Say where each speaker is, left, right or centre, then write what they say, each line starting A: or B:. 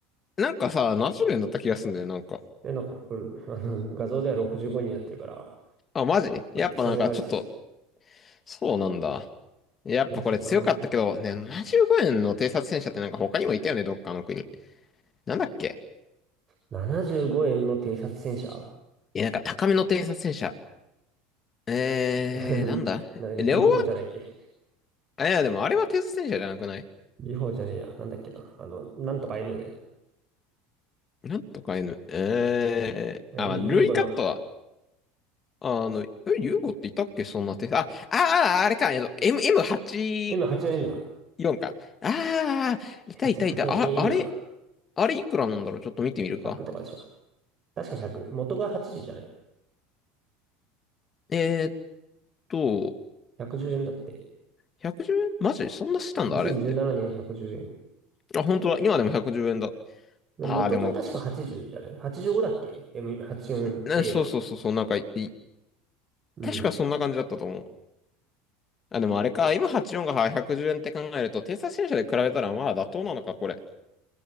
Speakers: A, on the left (about 30°); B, on the right (about 35°).
A: なんかさ、70円だった気がするんだよ、なんか。
B: え、なんかこれ、<laughs> あの、画像では65円になってるから、
A: あ、マジでやっぱなんかちょっと、
B: クソ値上がりしてる。
A: そうなんだ。やっぱこれ強かったけど、
B: らしいなぁ。
A: ね、75円の偵察戦車ってなんか他にもいたよね、どっかの国。なんだっけ
B: 75円の偵察戦車
A: いや、なんか高めの偵察戦車。えー、
B: <laughs> な
A: なんだレオ
B: んだっけ、B4 じゃないっけ。
A: あいや、でもあれはテスト戦車じゃなくない
B: B4 じゃねえや。なんだっけな。あの、なんとか N だよ。
A: なんとか N。えー、
B: え、
A: あ、
B: ユ、
A: まあ、ルイカットは、
B: ユ、うごの。
A: あの、え、ユーゴっていたっけそんなテスト。あ、ああ、あれか、えっと、M、M84
B: 今 84N だ。
A: か。ああ、いたいたいた。
B: 8 84N
A: あ、あれ、
B: か。
A: あれいくらなんだろうちょっと見てみるか。
B: 1 0とかでしょ。確か100、元が80じゅうじゃない
A: えーっと、
B: 110円だって。
A: 110円マジそんなしたんだ、
B: 2017年110円。
A: あれって。あ、本当だ。今でも110円だ。
B: で、
A: ああ、
B: 元が確か80じゅうじゃない
A: でもこ、
B: ?85 だっけ ?M84A
A: んな、そうそうそうそう、
B: はちじゅうよんエーは。
A: なんかい、い
B: うん。
A: 確かそんな感じだったと思う。あ、でもあれか、今84が110円って考えると、偵察戦車で比べたらまあ妥当なのか、これ。